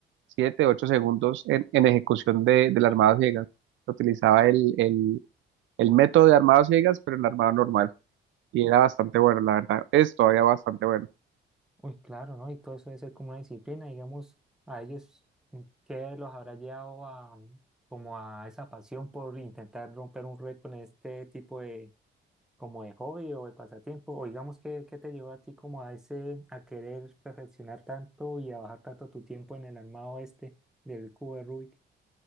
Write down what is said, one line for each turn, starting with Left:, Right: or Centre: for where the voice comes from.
Right: 7 8 segundos en, en ejecución de, del armado ciegas. Utilizaba el, el, el método de armado a ciegas, pero el armado normal. Y era bastante bueno, la verdad. Es todavía bastante bueno.
Centre: Uy, claro, ¿no? Y todo eso debe ser como una disciplina, digamos, a ellos, ¿qué los habrá llevado a, mm, como a esa pasión por intentar romper un récord en este tipo de, como de hobby o de pasatiempo? O digamos, ¿qué, qué te llevó a ti como a ese, a querer perfeccionar tanto y a bajar tanto tu tiempo en el armado este del cubo de Rubik?